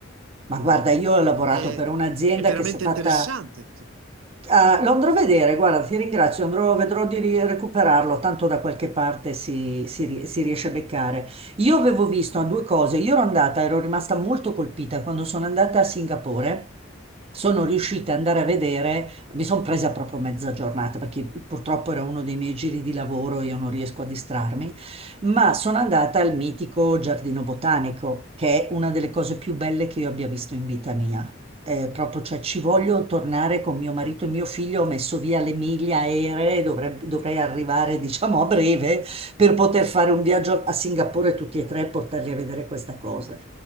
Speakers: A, on the right (about 30°); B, on the right (about 85°).
A: Ma guarda, io ho lavorato
B: È,
A: per un'azienda
B: è veramente
A: che si è fatta
B: interessante.
A: Ah, lo andrò a vedere, guarda, ti ringrazio, andrò, vedrò di ri- recuperarlo, tanto da qualche parte si, si ri- si riesce a beccare. Io avevo visto ah, due cose, io ero andata, ero rimasta molto colpita quando sono andata a Singapore. Sono riuscita ad andare a vedere, mi sono presa proprio mezza giornata perché purtroppo era uno dei miei giri di lavoro, io non riesco a distrarmi, ma sono andata al mitico Giardino Botanico, che è una delle cose più belle che io abbia visto in vita mia. Eh, proprio, cioè, ci voglio tornare con mio marito e mio figlio. Ho messo via le miglia aeree, dovreb- dovrei arrivare, diciamo, a breve per poter fare un viaggio a Singapore tutti e tre e portarli a vedere questa cosa.